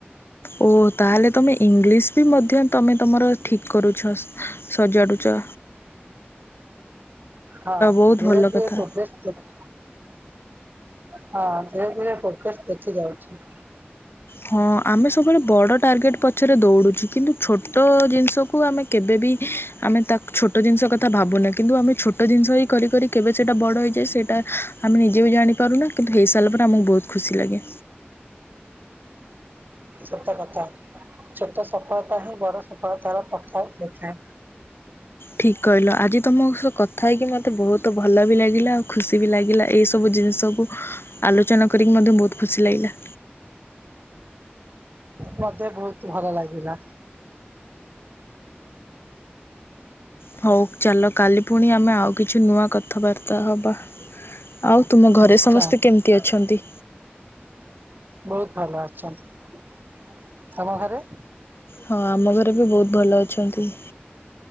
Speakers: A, on the left (about 65°); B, on the right (about 50°).
A: ଓହୋ ତାହେଲେ ତମେ ଇଂଲିଶବି ମଧ୍ୟ ତମେ ତମର ଠିକ୍ କରୁଛ? ସଜାଡ଼ୁଚ।
B: ହଁ
A: ବହୁତ
B: ଧ
A: ଭଲ କଥା।
B: <unintelligible> ହଁ ଧୀରେ ଧୀରେ ଫୋକସ୍ ଦେଖିଯାଉଚି।
A: ହଁ ଆମେ ସବୁବେଳେ ବଡ଼ ଟାର୍ଗେଟ୍ ପଛରେ ଦୌଡ଼ୁଚି, କିନ୍ତୁ ଛୋଟ ଜିନିଷକୁ ଆମେ କେବେବି ଆମେ ତାକୁ ଛୋଟ ଜିନିଷ କଥା ଭାବୁନେ କିନ୍ତୁ ଆମେ ଛୋଟ ଜିନିଷ ହିଁ କରି କରି କେବେ ସେଇଟା ବଡ଼ ହେଇଯାଏ, ସେଇଟା ଆମେ ନିଜେବି ଜାଣିପାରୁନା କିନ୍ତୁ ହେଇସାରିଲା ପରେ ଆମକୁ ବହୁତ୍ ଖୁସି ଲାଗେ।
B: ସତ କଥା ଛୋଟ ସଫଳତା ହିଁ ବଡ଼ ସଫଳତାର ପ୍ରଥ ଦେଖାଏ।
A: ଠିକ୍ କହିଲ, ଆଜି ତୁମ ସହ କଥା ହେଇକି ମୋତେ ବହୁତ୍ ଭଲବି ଲାଗିଲା, ଆଉ ଖୁସିବି ଲାଗିଲା ଏଇସବୁ ଏଇସବୁ ଜିନିଷ୍ ସବୁ ଆଲୋଚନା କରିକି ମଧ୍ୟ ବହୁତ୍ ଖୁସି ଲାଗିଲା।
B: ମତେ ବହୁତ୍ ଭଲ ଲାଗିଲା।
A: ହଉ ଚାଲ କାଲି ଫୁଣି ଆମେ ଆଉ କିଛି ନୂଆ କଥାବାର୍ତ୍ତା ହବା। ଆଉ ତୁମ ଘରେ
B: ନିଶ୍ଚୟ
A: ସମସ୍ତେ କେମିତି ଅଛନ୍ତି?
B: ବହୁତ୍ ଭଲ ଅଛନ୍ତି, ତମ ଘରେ?
A: ହଁ ଆମ ଘରେବି ବହୁତ୍ ଭଲ ଅଛନ୍ତି।